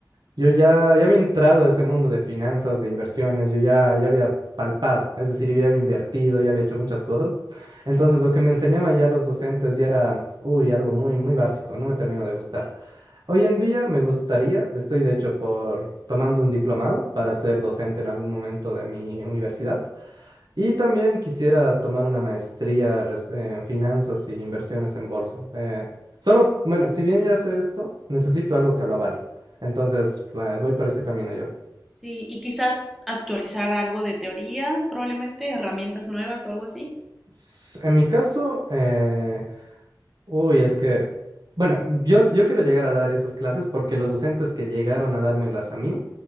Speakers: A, on the right; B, in the centre.
A: Yo ya, ya había entrado a ese mundo de finanzas, de inversiones, yo ya, ya había palpado, es decir, yo ya había invertido, ya había hecho muchas cosas. Entonces, lo que me enseñaban ya los docentes ya era, uy, algo muy, muy básico, no me terminó de gustar. Hoy en día me gustaría, estoy de hecho por tomando un diplomado para ser docente en algún momento de mi universidad. Y también quisiera tomar una maestría res- en finanzas y inversiones en bolsa. Eh, solo, bueno, si bien ya sé esto, necesito algo que lo avale. Entonces, eh, voy por ese camino yo.
B: Sí, y quizás actualizar algo de teoría, probablemente, herramientas nuevas o algo así.
A: S- En mi caso, eh, uy, es que, bueno, yo, s- yo quiero llegar a dar esas clases porque los docentes que llegaron a dármelas a mí